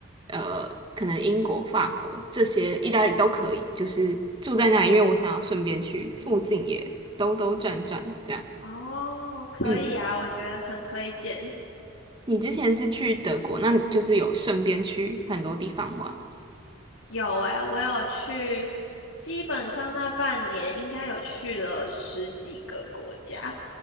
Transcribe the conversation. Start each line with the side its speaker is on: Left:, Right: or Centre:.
Right: 呃，可能英国、法国这些，意大利都可以，就是住在那里，因为我想要顺便去附近也兜兜转转这样。
Left: 哦，可以啊，
Right: 嗯，
Left: 我觉得很推荐。
Right: 你之前是去德国，那你就是有顺便去很多地方玩。
Left: 有诶，我有去，基本上那半年应该有去了十几个国家，